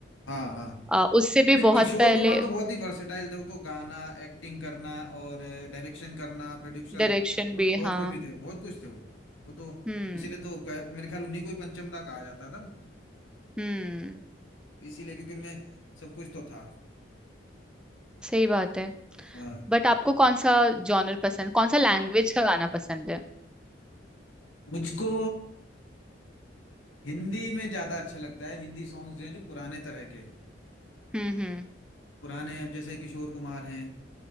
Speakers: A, on the left (about 85°); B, in the centre.
A: हाँ हाँ
B: आ, उससे भी
A: नहीं
B: बहुत
A: किशोर
B: पहले
A: कुमार तो बहुत ही वर्सेटाइल थे वो तो गाना एक्टिंग करना और डायरेक्शन करना प्रोड्यूसर
B: डायरेक्शन भी
A: वो तो बहुत
B: हाँ
A: कुछ भी थे बहुत कुछ थे वो वो तो
B: हम्म
A: इसीलिए तो कह, मेरे ख्याल उन्हीं को ही पंचमदा कहा जाता था
B: हम्म
A: इसीलिए क्योंकि उनमें सब कुछ तो था
B: सही बात है
A: हाँ
B: बट आपको कौन सा जॉनर पसंद कौन सा लैंग्वेज का गाना पसंद है
A: मुझको हिंदी में ज्यादा अच्छा लगता है हिंदी सॉन्ग्स जो हैं जो पुराने तरह के
B: हम्म हम्म
A: पुराने अब जैसे किशोर कुमार हैं